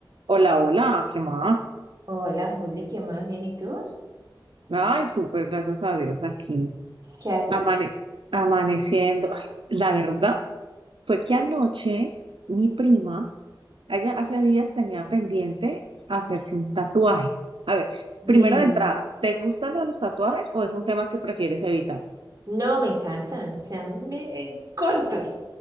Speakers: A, on the right (about 80°); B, on the right (about 40°).
A: Hola, hola, ¿qué más?
B: Hola, Juli, ¿qué más? Bien, ¿y tú?
A: Ay, súper, gracias a Dios aquí.
B: ¿Qué haces?
A: Amane- amaneciendo. Ay, La verdad fue que anoche mi prima, ella hace días tenía pendiente hacerse un tatuaje. A ver, primero
B: Y
A: de entrada, ¿te gustan los tatuajes o es un tema que prefieres evitar?
B: No, me encantan, o sea, me encantan,